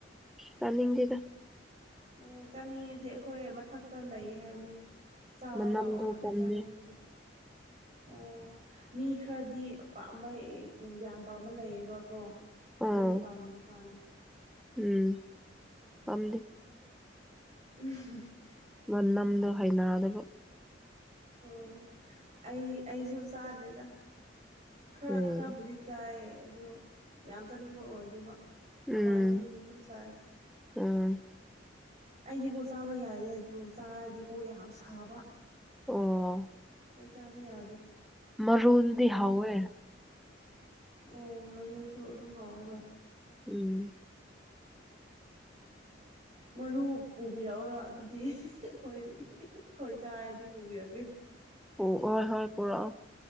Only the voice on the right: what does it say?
ꯑꯣ ꯆꯥꯅꯤꯡꯉꯦꯗꯤ ꯑꯩꯈꯣꯏ ꯃꯊꯛꯇ ꯂꯩ ꯍꯥꯏꯕꯅꯦ ꯆꯥꯕ
ꯂꯥꯛꯑꯣꯂ
ꯆꯥꯅꯤꯡꯉꯤꯗꯤ ꯑꯣ ꯃꯤ ꯈꯔꯗꯤ ꯑꯄꯥꯝꯕ ꯌꯥꯝ ꯄꯥꯝꯕ ꯂꯩꯌꯦꯕꯀꯣ
ꯅꯪꯗꯤ ꯄꯥꯝꯗꯕ ꯃꯥꯜꯂꯦ
<unintelligible>
ꯑꯣ ꯑꯩ ꯑꯩꯁꯨ ꯆꯥꯗꯦꯗ ꯈꯔ
ꯈꯔꯕꯨꯗꯤ ꯆꯥꯏꯌꯦ ꯑꯗꯨ ꯌꯥꯝ ꯆꯥꯅꯤꯡꯕ ꯑꯣꯏꯗꯦꯕ
ꯑꯃ ꯑꯅꯤꯗꯤ ꯑꯗꯨꯝ ꯆꯥꯏ
ꯑꯩꯗꯤꯀꯣ ꯆꯥꯕ ꯌꯥꯗꯦ ꯑꯗꯨ ꯆꯥꯔꯗꯤꯀꯣ ꯌꯥꯝ ꯁꯥꯕ
ꯑꯩ ꯆꯥꯕ ꯌꯥꯗꯦ
ꯊꯩꯕꯣꯡ
ꯑꯣ ꯃꯔꯨꯁꯨ ꯑꯗꯨꯝ ꯍꯥꯎꯋꯦ ꯍꯣꯏ
ꯃꯔꯨ ꯄꯨꯕꯤꯔꯛꯎꯔꯣ ꯑꯗꯨꯗꯤ ꯑꯩꯈꯣꯏ ꯑꯩꯈꯣꯏ ꯆꯥꯔꯗꯤ ꯄꯨꯕꯤꯔꯛꯀꯦ